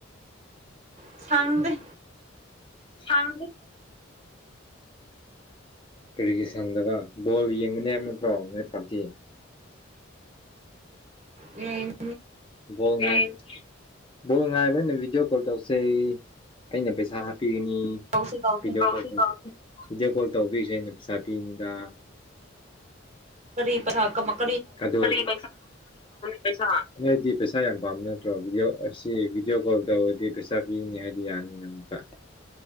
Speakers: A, on the right; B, on the left.
A: ꯁꯪꯗꯦ
B: ꯁꯥꯡꯗꯦ ꯀꯔꯤꯒꯤ ꯁꯪꯗꯕ ꯕꯣꯜ ꯌꯦꯡꯒꯅꯤ ꯍꯥꯏꯝ ꯅꯠꯇ꯭ꯔꯣ ꯅꯣꯏ ꯄꯥꯔꯇꯤ
A: ꯎꯝ
B: <unintelligible> ꯕꯣ ꯉꯥꯏꯕ ꯑꯣꯏꯅ ꯚꯤꯗꯤꯑꯣ ꯀꯣꯜ ꯇꯧꯁꯦ ꯑꯩꯅ ꯄꯩꯁꯥ ꯍꯥꯞꯄꯤꯒꯅꯤ
A: ꯇꯧꯁꯤ
B: <inaudible>
A: ꯇꯧꯁꯤ
B: ꯚꯤꯗꯤꯑꯣ ꯀꯣꯜ ꯇꯧꯕꯤꯁꯦ ꯑꯩꯅ ꯄꯩꯁꯥ ꯄꯤꯅꯤꯗ
A: ꯀꯔꯤ ꯄꯔ <unintelligible>
B: <inaudible> ꯀꯔꯤ ꯄꯩꯁꯥ <unintelligible> <unintelligible> ꯅꯣꯏꯗꯤ ꯄꯩꯁꯥ ꯌꯥꯝ ꯄꯥꯝꯕ ꯅꯠꯇ꯭ꯔꯣ ꯚꯤꯗꯤꯑꯣ ꯑꯁꯤ ꯚꯤꯗꯤꯑꯣ ꯀꯣꯜ ꯇꯧꯔꯗꯤ ꯄꯩꯁꯥ ꯕꯤꯒꯅꯤ ꯍꯥꯏꯗꯤ ꯌꯥꯅꯤ ꯅꯪꯃꯨꯛꯀ